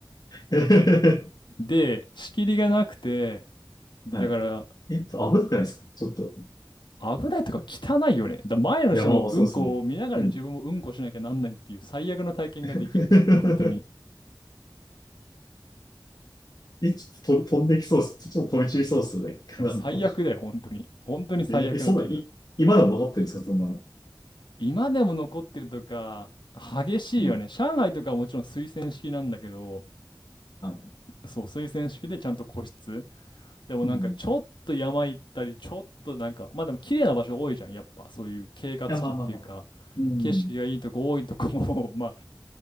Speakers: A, on the left; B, on the left.
A: へへへ
B: で、仕切りがなくて、で、
A: はい。
B: だから、
A: えっと、危なくないですかちょっと、
B: 危ないとか汚いよね。だ前の人のうんこを見ながら自分もうんこしなきゃなんないっていう最悪の体験ができるよ。
A: 山はそうですね。うん。<laughs>
B: 本当に。
A: え、ちょっとと飛んできそうです。ちょっと飛び散りそうですよね。
B: でも最悪だよ、
A: <laughs> なんだろ
B: 本当に。本当に最悪の気分。
A: う。え、えそんな、い、今でも残ってるんですかそんなの。
B: 今でも残ってるとか、激しいよね。
A: うん。
B: 上海とかはもちろん推薦式なんだけど、
A: はい。
B: そう、推薦式でちゃんと個室。でもなんかちょっと山行ったり、
A: うん
B: ちょっとなんか、まあでも綺麗な場所多いじゃん、やっぱ。そういう景勝地っていうか、
A: や、まあまあまあ。うん。
B: 景色がいいとこ多いとこも、<laughs> まあ、